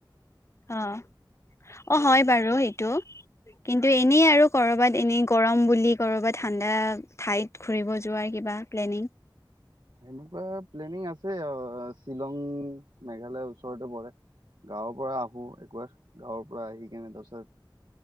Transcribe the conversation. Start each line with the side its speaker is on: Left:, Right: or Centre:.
Left: অহ। অহ, হয় বাৰু এইটো কিন্তু এনেই আৰু কৰবাত এনেই গৰম বুলি বুলি কৰবাত ঠাণ্ডা ঠাইত ঘুৰিব যোৱাৰ কিবা প্লেনিং।
Right: সেনেকুৱা প্লেনিং আছে অহ, শ্বিলং মেঘালয়ৰ ওচৰতে পৰে। গাঁৱৰ পৰা আহোঁ একবাৰ গাঁৱৰ পৰা আহি কিনে তাৰপিছত